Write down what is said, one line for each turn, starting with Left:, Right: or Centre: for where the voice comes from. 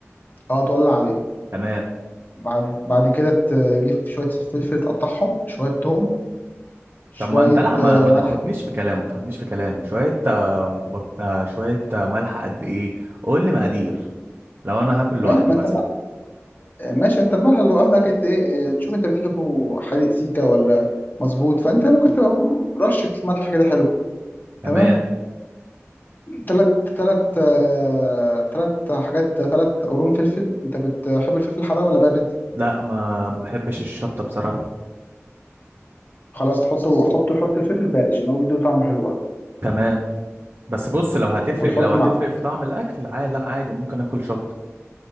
Left: هتولع عليه
Right: تمام
Left: بعد بعد كده تجيب شويه فلفل تقطعهم شويه توم شويه
Right: طب ما انت لا ما
Left: آه،
Right: ما
Left: ملح
Right: تاخدنيش في كلام ما تاخدنيش في كلام شوية آه، بط... آه، شوية آه، ملح قد ايه قول لي مقادير لو انا هاكل
Left: ما,
Right: لوحدي
Left: ما
Right: مثلا
Left: انت ماشي انت الملح اللي قصدك انت ايه اه، تشوف انت بتحبه حادق سيكا ولا مظبوط فانت ممكن تبقى رشة ملح كده حلوة
Right: تمام
Left: تمام تلات تلات اه، تلات حاجات تلات قرون فلفل انت بتحب الفلفل الحراق ولا بارد
Right: لا ما ما بحبش الشطة بصراحة
Left: خلاص تحطه حطه حط الفلفل بارد عشان هو بيديه طعم حلو قوي
Right: تمام بس بص لو هتفرق
Left: وتحط
Right: لو هتفرق
Left: معاه
Right: في طعم الاكل عادي لا عادي ممكن اكل شطة